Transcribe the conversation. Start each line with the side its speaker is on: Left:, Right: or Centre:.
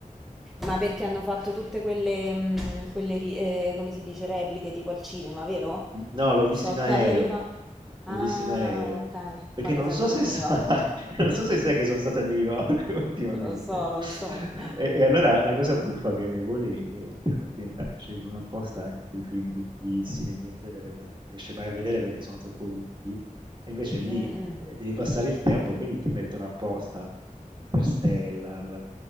Centre: ma perché hanno fatto tutte quelle, mh, quelle ri- eh, come si dice, repliche tipo al cinema, vero?
Right: Mh, no, l'ho visto
Centre: So
Right: in aereo.
Centre: che hanno rifatto...
Right: L'ho
Centre: Ah,
Right: visto in aereo.
Centre: ok,
Right: Perché
Centre: quando
Right: non
Centre: sei
Right: so
Centre: andato
Right: se
Centre: a New
Right: sai
Centre: York.
Right: <laughs> non
Centre: <laughs>
Right: so se sai che sono stato a New York <laughs> ultimamente
Centre: Lo so, lo
Right: <laughs>
Centre: so.
Right: e e allora la cosa buffa è che nei voli, ehm, intercontinentali scelgono apposta i quei film lunghissimi, che in genere uno non riesce mai a vedere perché sono troppo lunghi, e invece lì,
Centre: Mm, mm.
Right: ehm, devi passare il tempo, quindi ti mettono apposta Interstellar,